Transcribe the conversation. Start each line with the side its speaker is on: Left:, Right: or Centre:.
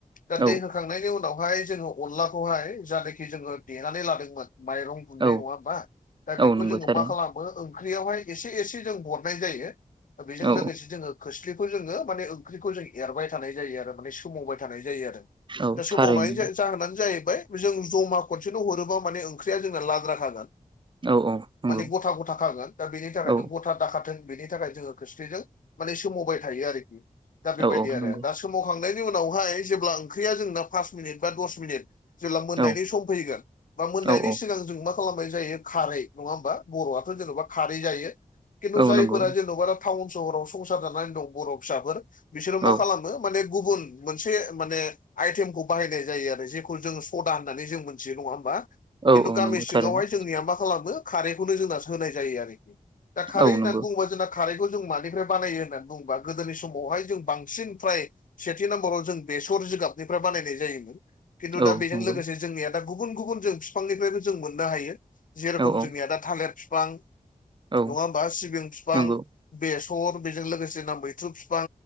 Left: दा
Right: औ
Left: दै खांनायनि उनावहाय जोङो अनलाखौहाय जानोखि जोङो देनानै लादोंमोन माइरं गुन्दै
Right: औ
Left: नङा ओमबा दा
Right: औ
Left: बेखौ
Right: नंगौ
Left: जोङो
Right: थारैनो
Left: मा खालामो ओंख्रियावहाय एसे एसे जों हरनाय जायो। बेजों
Right: औ
Left: लोगोसे जोङो खोस्लिखौ जोङो माने ओंख्रिखौ जों एरबाय थानाय जायो आरो माने सोमावबाय थानाय जायो आरो।
Right: औ
Left: दा सोमावनायनि
Right: थारैनो
Left: जाहोनानो जाहैबाय। जों जमा खनसेल' हरोबा माने ओंख्रिया जोंना लाद्राखागोन।
Right: औ औ नंगौ
Left: माने गथा गथा खागोन दा बेनि थाखायनो
Right: औ
Left: गथा दाखाथों बेनि थाखाय जोङो। खोस्लिजों माने सोमावबाय थायो आरोखि दा बेबायदि
Right: औ औ
Left: आरो
Right: नंगौ
Left: दा सोमावखांनायनि उनावहाय जेब्ला ओंख्रिया जोंना पास मिनिट बा दस मिनिट जेब्ला मोननायनि
Right: औ
Left: सम फैगोन बा मोननायनि
Right: औ
Left: सिगां जों मा खालामनाय जायो खारै नङा ओमबा बर'आथ' जेनबा खारै जायो खिन्थु
Right: औ
Left: जायफोरा
Right: नंगौ
Left: जेनबा टाउन सहराव संसार जानानै दं बर' फिसाफोर बिसोरो मा
Right: औ
Left: खालामो माने गुबुन मोनसे माने आइटेमखौ बाहायनाय जायो आरो जेखौ जोङो सदा होननानै जों मोनथियो नङा होमबा?
Right: औ
Left: खिन्थु
Right: औ
Left: गामि
Right: नंगौ
Left: सिङावहाय
Right: थारैनो
Left: जोंनिया मा खालामो खारैखौनो जोंना होनाय जायो आरोखि दा खारै
Right: औ
Left: होननानै
Right: नंगौ
Left: बुङोबा जोंना खारैखौ जों मानिफ्राय बानायो होननानै बुङोबा गोदोनि समावहाय जों बांसिन फ्राय सेथि नाम्बाराव जों बेसर जिगाबनिफ्राय बानायनाय जायोमोन। खिन्थु दा
Right: औ
Left: बेजों
Right: नंगौ
Left: लोगोसे जोंनिया दा गुबुन गुबुन जों बिफांनिफ्रायबो जों मोननो हायो। जेरखम
Right: औ औ
Left: जोंनिया दा थालिर बिफां
Right: औ
Left: नङा होमबा सिबिं बिफां
Right: नंगौ
Left: बेसर बेजों लोगोसे ना मैथ्रु फिफां